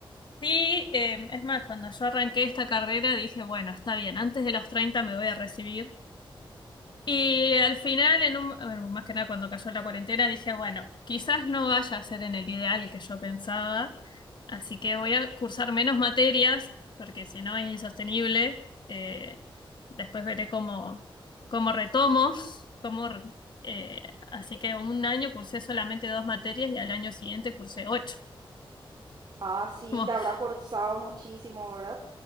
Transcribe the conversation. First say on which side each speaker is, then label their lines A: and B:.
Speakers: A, on the left; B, on the right.
A: sí, eh, es más, cuando yo arranqué esta carrera dije, bueno, está bien, antes de los 30 me voy a recibir. Y al final, en un, bueno, más que nada cuando cayó la cuarentena, dije, bueno, quizás no vaya a ser en el ideal que yo pensaba, así que voy a cursar menos materias, porque si no es insostenible. Eh, después veré cómo, cómo retomo, cómo, re- eh, así que un año cursé solamente dos materias y al año siguiente cursé ocho.
B: Ah, sí,
A: <laughs>
B: te habrá forzado muchísimo, ¿verdad?